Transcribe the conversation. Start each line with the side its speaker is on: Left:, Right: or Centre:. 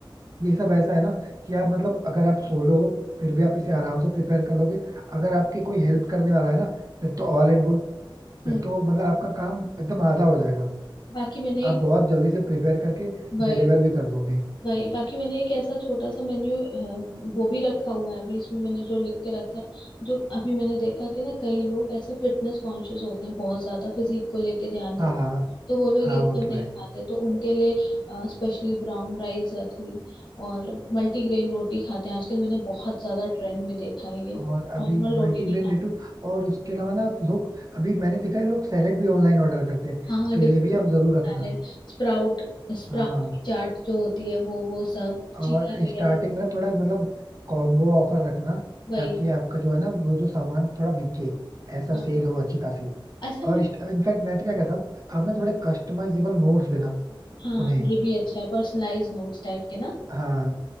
Right: ये सब ऐसा है ना कि आप मतलब अगर आप सोलो हो फिर भी आप इसे आराम से प्रिपेयर कर लोगे अगर आपके कोई हेल्प करने वाला है ना फिर तो ऑल एंड गुड फिर
Left: हम्म
Right: तो मतलब आपका काम एकदम आधा हो जाएगा
Left: बाकी मैंने
Right: आप बहुत जल्दी से प्रिपेयर करके
Left: एक
Right: डिलीवर भी कर दोगे
Left: वही बाकी मैंने एक ऐसा छोटा सा मेन्यू वो भी रखा हुआ है अभी इसमें मैंने जो लिख के रखा है जो अभी मैंने देखा कि ना कई लोग ऐसे फिटनेस कॉन्शियस होते हैं बहुत ज्यादा फिजिक को लेके ध्यान देते
Right: हाँ हाँ
Left: हैं तो वो लोग
Right: हाँ
Left: ये
Right: वो
Left: सब
Right: तो
Left: नहीं
Right: है
Left: खाते तो उनके लिए स्पेशली ब्राउन राइस रख ली और मल्टीग्रेन रोटी खाते हैं आजकल मैंने बहुत ज्यादा ट्रेंड में देखा है ये
Right: और अभी
Left: नॉर्मल
Right: मल्टीग्रेन
Left: रोटी नहीं खाते
Right: रेटू और उसके अलावा ना लोग अभी मैंने देखा है लोग सैलेड भी ऑनलाइन ऑर्डर करते हैं
Left: हाँ
Right: तो
Left: different
Right: ये भी
Left: different
Right: आप जरूर रखना
Left: salad sprout sprout
Right: हाँ
Left: की चाट जो होती है वो वो सब
Right: और
Left: चीला वगैरह
Right: स्टार्टिंग में थोड़ा मतलब कॉम्बो ऑफर रखना
Left: वही
Right: ताकि आपका जो है ना वो जो सामान थोड़ा बिके ऐसा
Left: हाँ
Right: सेल हो अच्छी खासी
Left: अच्छा मैं
Right: और इनफैक्ट मैं तो क्या कहता हूँ आपने थोड़े कस्टमाइजेबल नोट्स देना
Left: हाँ
Right: उन्हें
Left: ये भी अच्छा है पर्सनलाइज नोट्स टाइप के ना
Right: हाँ